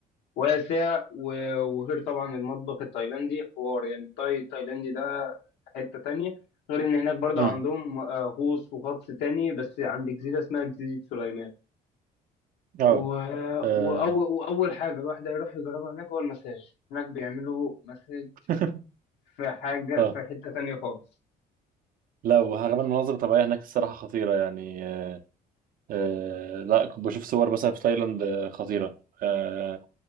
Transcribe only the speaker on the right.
امم
اه
اه
<laughs>
آه.
لا وكمان المناظر الطبيعية هناك الصراحة خطيرة يعني آه. آه، لا كنت بشوف صور مثلا في تايلاند آه، خطيرة آه.